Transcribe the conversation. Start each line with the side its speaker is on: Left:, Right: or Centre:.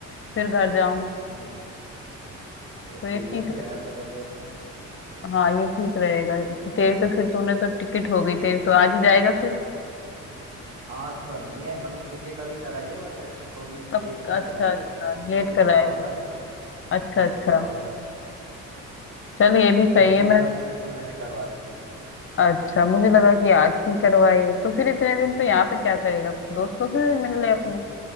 Left: फिर घर जाऊँ
Right: हाँ। चलो
Left: तो ये
Right: ठीक
Left: ठीक
Right: है
Left: रहे-
Right: फिर ऐसा कर लेते हैं
Left: हाँ ये ठीक रहेगा तो तेरी तो फिर तूने तो टिकट हो गई तेरी तो आज ही जाएगा फिर
Right: आज तो नहीं है मतलब टिकट अभी कराई है बट थोड़ी
Left: कब
Right: लेट की
Left: अच्छा
Right: कराई
Left: अच्छा
Right: है कुछ
Left: लेट
Right: मेरे को
Left: कराएगी
Right: काम था यहाँ
Left: अच्छा
Right: तो
Left: अच्छा
Right: उसके बाद बात
Left: चल ये भी सही
Right: छब्बीस
Left: है मैं
Right: तारीख तक की मैंने करवा रखी है
Left: अच्छा मुझे लगा कि आज की करवाई है तो फिर इतने दिन पे यहाँ पे क्या करेगा दोस्तों से मिल
Right: अरे
Left: ले अपने